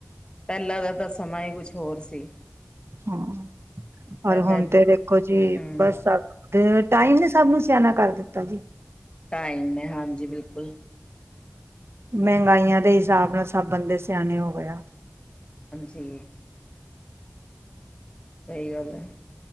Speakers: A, on the left (about 20°); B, on the right (about 55°).
A: ਪਹਿਲਾਂ ਦਾ ਤਾਂ ਸਮਾਂ ਹੀ ਕੁਝ ਹੋਰ ਸੀ <unintelligible>
B: ਹਾਂ
A: ਪਹਿਲਾਂ
B: ਰ ਹੁਣ
A: ਏਦਾਂ
B: ਤੇ ਦੇਖੋ ਜੀ
A: ਹੂੰ,
B: ਬਸ ਸਭ ਟਾਈਮ ਨੇ ਸਭ ਨੂੰ ਸਿਆਣਾ ਕਰ ਦਿੱਤਾ ਜੀ
A: ਟਾਈਮ ਨੇ ਹਾਂਜੀ ਬਿਲਕੁਲ
B: ਮਹਿੰਗਾਈਆਂ ਦੇ ਹਿਸਾਬ ਨਾਲ ਸਭ ਬੰਦੇ ਸਿਆਣੇ ਹੋ ਗਏ
A: ਜੀ ਸਹੀ ਗੱਲ ਹੈ